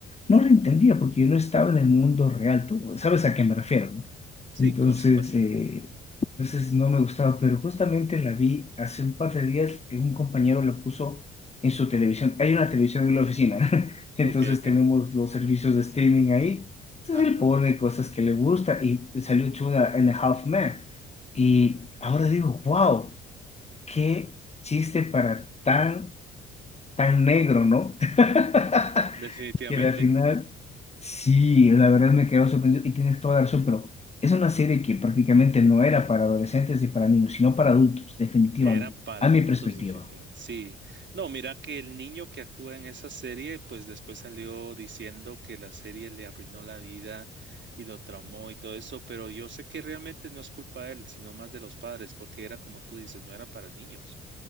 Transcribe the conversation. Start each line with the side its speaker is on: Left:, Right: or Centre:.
Left: no lo entendía porque yo no estaba en el mundo real, tú sabes a qué me refiero, ¿no?
Right: Sí,
Left: Entonces,
Right: por supuesto.
Left: eh, entonces no me gustaba, pero justamente la vi hace un par de días, eh, un compañero la puso en su televisión. Hay una televisión en la oficina, <laughs> entonces
Right: Ok, ok.
Left: tenemos los servicios de streaming ahí. Entonces
Right: Ajá,
Left: él pone cosas que le gusta y salió Chuda en Half Man. Y ahora digo, wow, qué chiste para tan, tan negro, ¿no? <laughs>
Right: definitivamente.
Left: Y al final Sí, la verdad me quedo sorprendido y tienes toda la razón, pero es una serie que prácticamente no era para adolescentes ni para niños, sino para adultos, definitivamente,
Right: Era para
Left: a
Right: adultos,
Left: mi perspectiva.
Right: definitivamente. Sí. No, mira que el niño que actúa en esa serie, pues después salió diciendo que la serie le arruinó la vida y lo traumó y todo eso, pero yo sé que realmente no es culpa de él, sino más de los padres, porque era como tú dices, no era para niños.